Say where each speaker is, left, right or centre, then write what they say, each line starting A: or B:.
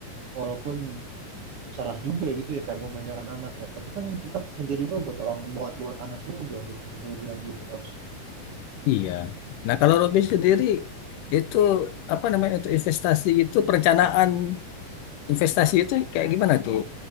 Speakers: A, on the right (about 55°); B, on the left (about 75°).
A: walaupun salah juga ya gitu ya kayak memanjakan anak ya tapi kan kita kerja juga buat orang buat buat anak juga gitu bisa dibilang gitu mas
B: Iya. Nah, kalau Robby sendiri itu apa namanya untuk investasi gitu perencanaan Investasi itu kayak gimana tuh?